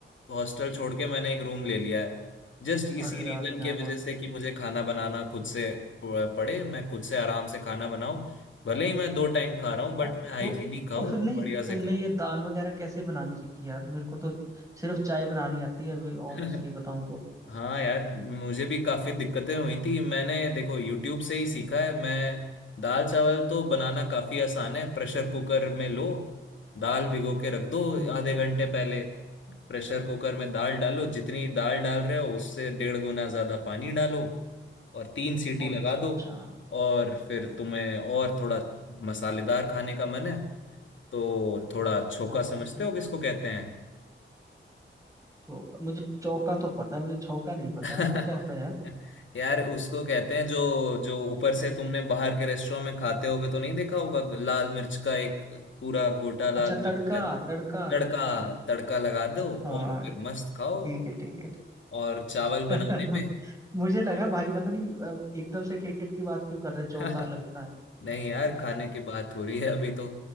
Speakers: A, on the left; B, on the right.
A: हॉस्टल छोड़ के मैंने एक रूम ले लिया है जस्ट इसी
B: अरे
A: रीजन
B: यार क्या
A: के
B: बात
A: वजह से
B: है
A: कि मुझे खाना बनाना खुद से प- पड़े मैं खुद से आराम से खाना बनाऊं भले ही मैं दो टाइम खा
B: अच्छा,
A: रहा हूँ बट मैं हाइजीनिक
B: तो
A: खाऊं
B: तो फिर
A: और
B: नहीं
A: बढ़िया से
B: तुमने
A: खाऊं
B: ये दाल वगैरह कैसे बनानी सीखी यार मेरे को तो सिर्फ चाय बनानी आती है अभी
A: <laughs>
B: ऑनेस्टली बताऊं तो
A: हाँ यार मुझे भी काफी दिक्कतें हुई थी मैंने देखो यूट्यूब से ही सीखा है मैं दाल चावल तो बनाना काफी आसान है प्रेशर कुकर में लो दाल भिगो के रख दो
B: हम्म
A: आधे घंटे पहले प्रेशर कुकर में दाल डालो जितनी दाल डाल रहे हो उससे डेढ़ गुना ज्यादा पानी डालो और तीन सीटी
B: अच्छा
A: लगा दो
B: अच्छा
A: और फिर तुम्हें और थोड़ा मसालेदार खाने का मन है तो थोड़ा छोका
B: क्या
A: समझते
B: बात है
A: हो किसको कहते हैं
B: चौका मुझे चौका तो पता है मुझे छौका नहीं पता
A: <laughs>
B: है वो क्या होता है यार
A: यार उसको कहते हैं जो जो ऊपर से तुमने बाहर के रेस्टोरेंट में खाते होगे तो नहीं देखा होगा लाल मिर्च का एक पूरा गोटा लाल
B: अच्छा
A: मिर्च
B: तड़का
A: रहता है
B: तड़का
A: तड़का
B: तड़का
A: तड़का लगा दो और
B: हाँ
A: फिर मस्त खाओ
B: ठीक है ठीक है
A: और चावल बनाने
B: ठीक है।
A: में
B: <laughs> मुझे लगा भाई पता नहीं अ, एकदम से क्रिकेट की बात क्यों कर रहा है चौका
A: <laughs>
B: लगता है
A: नहीं यार
B: लगा।
A: खाने की बात हो रही है अभी तो